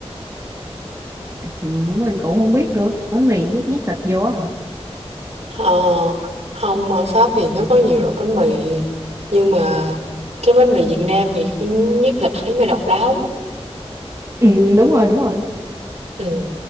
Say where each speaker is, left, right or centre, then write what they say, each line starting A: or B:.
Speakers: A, on the right; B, on the right.
A: Ừ, mình cũng không biết nữa bánh mì nhét nhét thịt vô á hả
B: Ờ, hông, ở Pháp thì nó có nhiều loại bánh mì, nhưng mà cái bánh mì Việt Nam thì, ưm, nhất là bánh mì độc đáo.
A: Ừ, đúng rồi, đúng rồi.
B: Ừm.